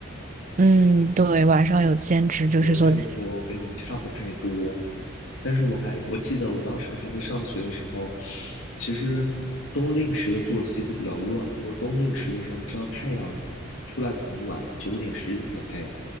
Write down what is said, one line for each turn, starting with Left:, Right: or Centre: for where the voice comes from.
Right: 嗯，对，晚上有兼职就是做兼，
Left: 我的生活跟你差不太多，
Right: 职，
Left: 但是我还我记得我当时还在上学的时候，其实冬令时的作息会比较乱，因为我冬令时的时候，你知道太阳出来的很晚，九点十点才有太阳，